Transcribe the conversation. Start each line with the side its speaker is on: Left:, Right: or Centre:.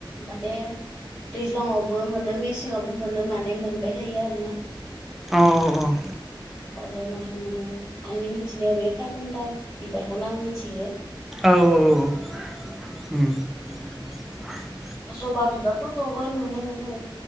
Left: माने। दैज्लङआवबो मोनो मेसेंावबो मोनो माने मोनबाय थायो आरोना।
Centre: औ औ औ
Left: ओरै माहाय मोने आंनि मिथिनायाव बे कार्टन दा बिबारखौनो आं मिथियो
Centre: औऔऔ
Left: जबा बिबारफोरखौबो नुनो मोनो।